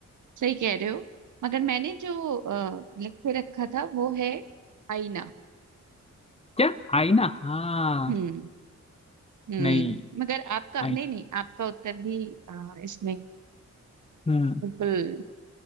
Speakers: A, on the right; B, on the left.
A: सही कह रहे हो मगर मैंने जो अ, लिख के रखा था वो है आईना
B: क्या आईना हाँ
A: हम्म हम्म
B: नहीं
A: मगर आपका नहीं
B: आई
A: नहीं आपका उत्तर भी अ, इसमें अ,
B: हम्म
A: बिल्कुल